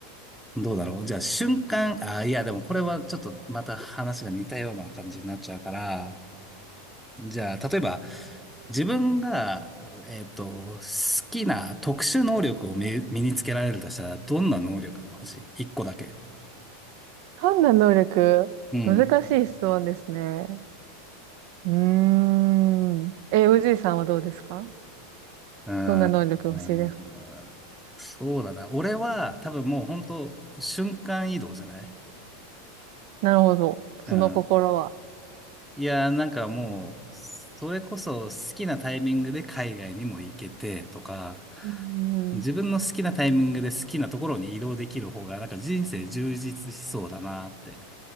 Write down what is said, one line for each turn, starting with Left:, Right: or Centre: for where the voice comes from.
Centre: どうだろう。じゃあ、瞬間、あ、いや、でもこれはちょっとまた話が似たような感じになっちゃうから、じゃあ、例えば、自分が、えーっと、好きな特殊能力を身身につけられるとしたら、どんな能力が欲しい ?1 個だけ。
Right: 判断能力、
Centre: うん。
Right: 難しい質問ですね。うーん。え、おじいさんはどうですか
Centre: うーん、
Right: どんな能力欲しいですか
Centre: うんそうだな。俺は多分もう本当瞬間移動じゃない
Right: なるほど。その心は。
Centre: うん。いやー、なんかもう、それこそ好きなタイミングで海外にも行けてとか、
Right: うん。
Centre: 自分の好きなタイミングで好きなところに移動できる方が、なんか人生充実しそうだなって。